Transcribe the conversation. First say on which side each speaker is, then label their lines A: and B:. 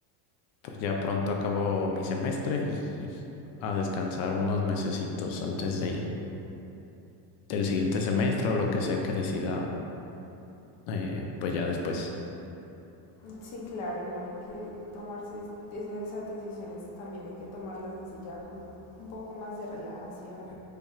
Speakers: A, on the left (about 85°); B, on the left (about 45°).
A: Pues ya pronto acabo mi semestre y a descansar unos mesecitos antes de, del siguiente semestre o lo que sea que decida, eh, pues ya después.
B: Sí, claro, no hay que tomarse esas decisiones, también hay que tomarlas así ya con un poco más de relajación,